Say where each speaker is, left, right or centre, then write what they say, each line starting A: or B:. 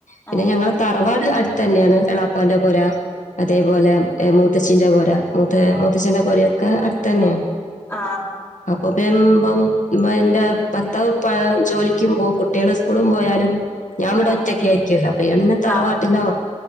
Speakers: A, on the left; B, on the left.
A: പിന്നെ
B: ആഹ്
A: ഞങ്ങള് തറവാട്ട അട്തന്നെയാണ് എളാപ്പാന്റെ പൊരാ അതേപോലെ മൂത്തച്ചീന്റെ പൊരാ മൂത്ത മൂത്തച്ചന്റെ പൊരയൊക്കെ അടുത്തന്നെയാ
B: ആ
A: ഒ <unintelligible> മ്പം ഇമ്മ എന്റെ ദർത്താവ്പ്പം ജോലിക്ക് പോവും കുട്ടിയള് സ്കൂളും പോയാലും ഞ്ഞാംമ്പടെ
B: ഉം
A: ഒറ്റക്കായിരിക്കൊല്ലോ
B: ഉം
A: അപ്പൊ ഞാപിന്നെ തറവാട്ടില്ലോ
B: ആഹ്